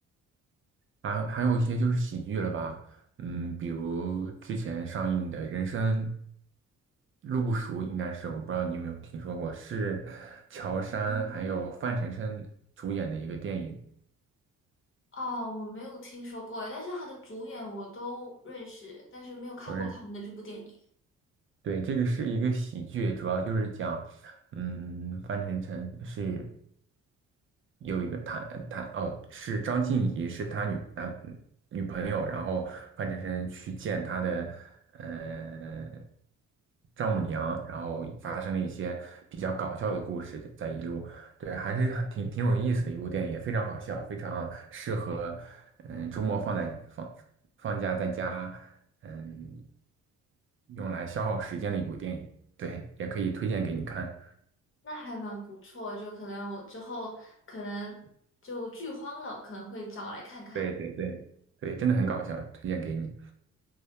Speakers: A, on the right (about 45°); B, on the left (about 45°).
A: 还还有一些就是喜剧了吧，嗯，比如之前上映的《人生路不熟》，应该是我不知道你有没有听说过，是乔杉还有范丞丞主演的一个电影。
B: 哦，我没有听说过，但是他的主演我都认识，但是没有看过他们的这部电影，
A: 都认识。对，这个是一个喜剧，主要就是讲，嗯，范丞丞是有一个谈谈哦，是张婧仪是他女男女朋友，然后范丞丞去见他的嗯丈母娘，然后发生了一些比较搞笑的故事在一路，对，还是很挺挺有意思的一部电影，也非常好笑，非常适合嗯周末放在放放假在家。嗯，用来消耗时间的一部电影。对，也可以推荐给你看。
B: 那还蛮不错，就可能我之后可能就剧荒了，我可能会找来看看。
A: 对对对对，真的很搞笑，推荐给你。